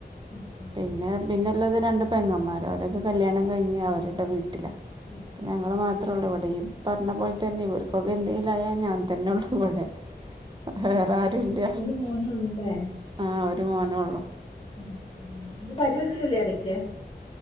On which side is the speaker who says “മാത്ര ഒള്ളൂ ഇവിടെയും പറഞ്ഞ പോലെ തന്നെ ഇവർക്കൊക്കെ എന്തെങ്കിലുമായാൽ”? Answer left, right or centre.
Right